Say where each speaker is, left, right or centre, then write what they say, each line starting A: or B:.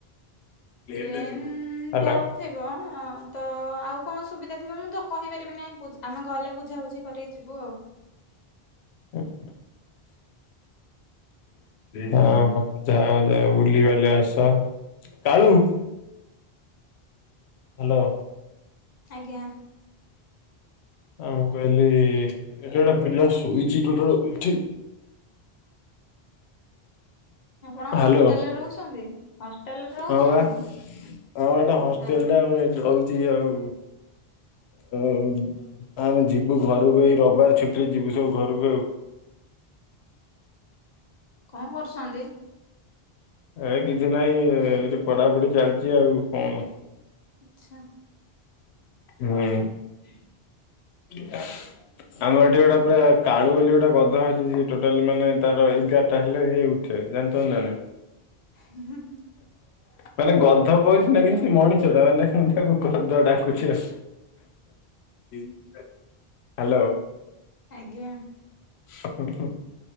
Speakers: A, on the left; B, on the left.
A: ହ୍ୟାଲୋ
B: ଟ୍ରେନ ଯାଉଥିବ ଆତ ଆଉ କଣ ସୁବି ଥିବ ମୁଁ ତ କହିପାରିବିନି ଗଲେ ବୁଝାବୁଝିି କରିକି ଯିବୁ ଆଉ।
A: ଉହୁଁ। ହଁ ଯା ଯା ବୁଲିବାଲି ଆସ। କାଳୁ ହ୍ୟାଲୋ।
B: ଆଜ୍ଞା।
A: ମୁଁ କହିଲି ଏଠି ଗୋଟେ ପିଲା ଶୋଇଛି ଟୋଟାଲି ଉଠି
B: ଆପଣ
A: ହ୍ୟାଲୋ
B: ହଷ୍ଟେଲରେ ରହୁଛନ୍ତି? ହଷ୍ଟେଲରେ ରହୁଛନ୍ତି
A: ହଁ ବା। ହଁ ବା ଏଇଟା
B: ଆଚ୍ଛା
A: ହଷ୍ଟେଲଟା ମୁଁ ଏଠି ରହୁଛି ଆଉ। ହ ଆମେ ଯିବୁ ଘରକୁ ଏଇ ରବିବାର ଛୁଟିରେ ଯିବୁ ସବୁ ଘରକୁ ଆଉ।
B: କଣ କରୁଛନ୍ତି?
A: ଏ କିଛି ନାଇଁ ଏଇଠି ପଢାପଢି ଚାଲିଛି ଆଉ କଣ?
B: ଆଛା।
A: ହୁଁ।
B: ହୁଁ
A: ହ ଆମର ଏଠି ଗୋଟା ପୁରା କାଳୁ ବୋଲି ଗୋଟେ ଗଧ ଅଛି ସିଏ ଟୋଟାଲ ମାନେ ତାର ଏଗାରଟା ହେଲେ ସିଏ ଉ <unintelligible>
B: ହୁଁ ହୁଁ।
A: ମାନେ ଗଧ କହୁଛି ନା କିନ୍ତୁ ସେ ମଣିଛ ଟା ମାନେ ମୁଁ ତାକୁ ଗଧ ଡାକୁଛି ଆଉ। ହ୍ୟାଲୋ।
B: ଆଜ୍ଞା।
A: ହୁଁ ହୁଁ।